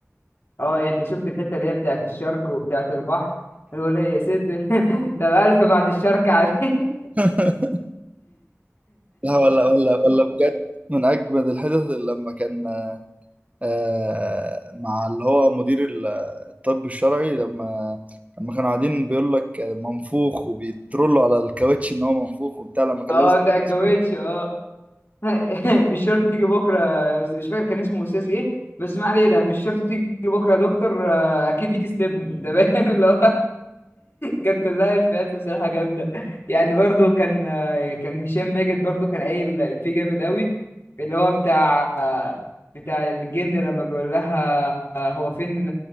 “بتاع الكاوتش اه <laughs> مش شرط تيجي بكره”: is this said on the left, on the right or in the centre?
Left